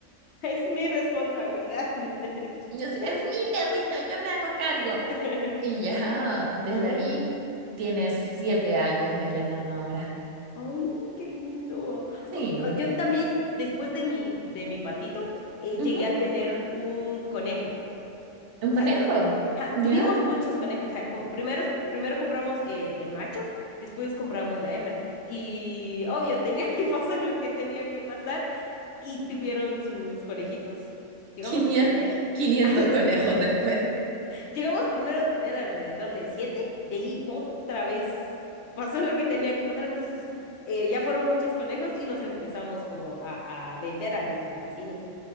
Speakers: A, on the left (about 65°); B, on the right (about 70°).
A: Es mi responsabilidad. <laughs>
B: Y yo así, es mi perrito, yo me hago cargo.
A: <laughs>
B: Y ya desde
A: Ah,
B: ahí tiene siete años el enano ahora.
A: ay, qué lindo. O-
B: Sí,
A: o- Yo también, después de mi, de mi patito, eh,
B: ujú,
A: llegué a tener un conejo.
B: Un
A: O
B: conejo,
A: sea, ja,
B: ¿ya?
A: tuvimos muchos conejos. O sea, com- primero, primero compramos el, el macho, después compramos la hembra. Y obvio, tenía que <laughs> pasar lo que tenía que pasar y tuvieron sus conejitos. Llegamos
B: quinientos
A: a tener
B: quinientos
A: <laughs>
B: conejos después.
A: Llegamos primero a tener alrededor de siete, de ahí otra vez pasó lo que tenía que pasar, entonces eh, ya fueron muchos conejos y los empezamos como a, a vender a nuestros vecinos.